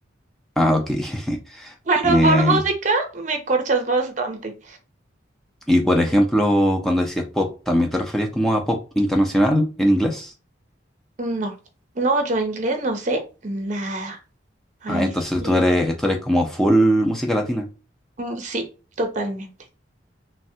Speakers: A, in the centre; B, on the right.
A: Ah, ok. <laughs>
B: Pero
A: Eh,
B: por música me corchas bastante.
A: y por ejemplo, cuando decías pop, ¿también te referías como a pop internacional en inglés?
B: No, no, yo inglés no sé nada. Ahí
A: Ah, entonces
B: sí,
A: tú eres,
B: es-
A: tú eres como full música latina.
B: mm, sí, totalmente.